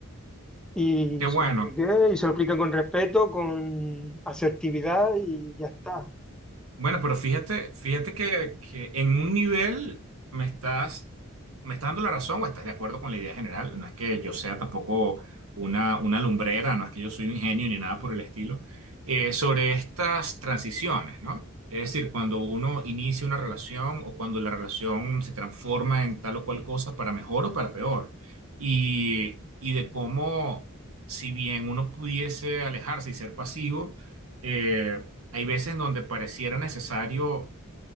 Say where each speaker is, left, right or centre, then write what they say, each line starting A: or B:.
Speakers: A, in the centre; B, on the right.
A: y
B: Qué bueno.
A: se lo expliqué y se lo expliqué con respeto, con asertividad y ya está.
B: Bueno, pero fíjate, fíjate que, que en un nivel me estás, me estás dando la razón o estás de acuerdo con la idea general. No es que yo sea tampoco una, una lumbrera, no es que yo soy un genio ni nada por el estilo, eh, sobre estas transiciones, ¿no? Es decir, cuando uno inicia una relación o cuando la relación se transforma en tal o cual cosa para mejor o para peor. Y, y de cómo, si bien uno pudiese alejarse y ser pasivo, eh, hay veces en donde pareciera necesario